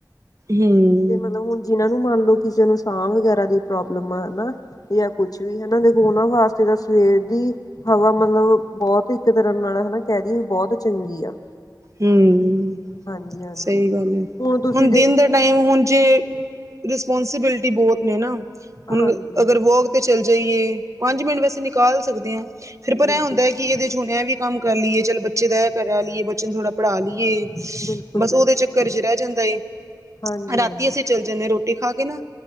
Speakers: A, on the right; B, on the left.
A: ਹੂੰ।
B: ਤੇ ਮਤਲਬ ਹੁਣ ਜਿਣਾ ਨੂੰ ਮੰਨਲੋ, ਕਿਸੇ ਨੂੰ ਸਾਹ ਵਗੈਰਾ ਦੀ ਪ੍ਰੋਬਲਮ ਆ ਹਨਾ ਯਾਂ ਕੁਛ ਵੀ ਹਨਾ, ੳਨਾਂ ਦੇ ਵਾਸਤੇ ਤਾਂ ਸਵੇਰ ਦੀ ਹਵਾ ਮਤਲਬ, ਬਹੁਤ ਇੱਕ ਤਰ੍ਹਾਂ ਨਾਲ ਹਨਾ ਕਹਿਦੀਏ ਬਹੁਤ ਚੰਗੀ ਆ।
A: ਹੂੰ,
B: ਹਾਂਜੀ ਹਾਂਜੀ
A: ਸਹੀ ਗੱਲ ਏ,
B: ਤੁਸੀਂ
A: ਹੁਣ
B: ਦੇਖਿਆ
A: ਦਿਨ ਦੇ ਟਾਈਮ ਹੁਣ ਜੇ ਰਿਸਪੋਂਸੀਬਿਲਟੀ ਬਹੁਤ ਨੇ ਨਾ,
B: ਹਾਂਜੀ
A: ਹੁਣ ਅਗਰ ਵੋਕ ਤੇ ਚੱਲ ਜਾਈਏ ਪੰਜ-ਮਿੰਟ ਵੈਸੇ ਨਿਕਾਲ ਸਕਦੇ ਹਾਂ, ਫਿਰ ਪਰ
B: ਬਿਲਕੁਲ
A: ਐ ਹੁੰਦੈ ਕਿ ਇਹਦੇ'ਚ ਹੁਣ ਐਵੀ ਕੰਮ ਕਰ ਲਈਏ, ਚੱਲ ਬੱਚੇ ਦਾ ਇਹ ਕਰਾ ਲਈਏ, ਬੱਚੇ ਨੂੰ ਥੋੜ੍ਹਾ ਪੜ੍ਹਾਲੀਏ।
B: ਬਿਲਕੁਲ
A: ਬਸ
B: ਬਿਲਕੁਲ
A: ਉਹਦੇ ਚੱਕਰ'ਚ ਰਹਿ ਜਾਂਦਾ ਏ,
B: ਹਾਂਜੀ
A: ਰਾਤੀ
B: ਹਾਂਜੀ
A: ਅਸੀਂ ਚੱਲ ਜਨੇ ਰੋਟੀ ਖਾਕੇ ਨਾ,